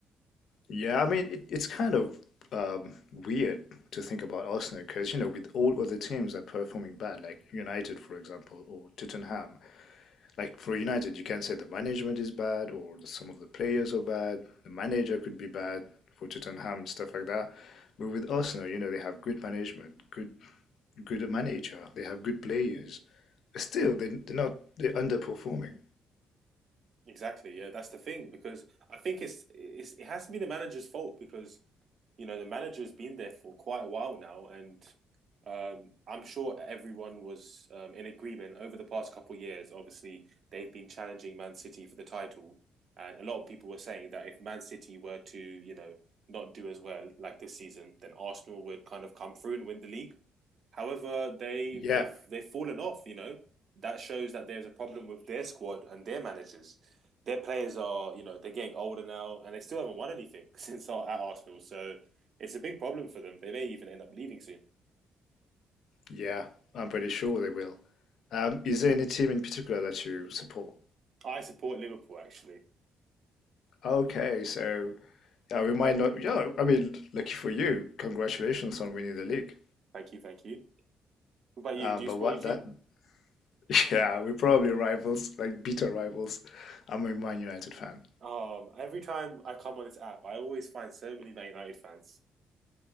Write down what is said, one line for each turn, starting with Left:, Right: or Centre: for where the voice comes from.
Left: Yeah, I mean, it, it's kind of um, weird to think about Arsenal because, you know, with all other teams that are performing bad, like United, for example, or Tottenham, Like for United, you can say the management is bad or the, some of the players are bad. The manager could be bad for Tottenham and stuff like that. But with Arsenal, you know, they have good management, good good manager. They have good players. But still, they, they're not they're underperforming.
Right: Exactly. Yeah, that's the thing because I think it's it's it has to be the manager's fault because you know the manager's been there for quite a while now, and um, I'm sure everyone was um, in agreement over the past couple of years. Obviously, they've been challenging Man City for the title, and a lot of people were saying that if Man City were to you know not do as well like this season, then Arsenal would kind of come through and win the league. However, they
Left: Yeah,
Right: they they've fallen off. You know that shows that there's a problem with their squad and their managers. Their players are you know they're getting older now, and they still haven't won anything <laughs> since our, at Arsenal. So it's a big problem for them. They may even end up leaving soon.
Left: yeah, I'm pretty sure they will. Um, is there any team in particular that you support?
Right: I support Liverpool actually.
Left: Okay, so yeah, we might not. Yeah, I mean, lucky for you, congratulations on winning the league.
Right: <laughs> thank you, thank you. What about you?
Left: Um,
Right: Do you
Left: but
Right: support
Left: what
Right: your team?
Left: that <laughs> Yeah, we're probably rivals, like bitter rivals. I'm a Man United fan.
Right: Um, every time I come on this app, I always find so many Man United fans.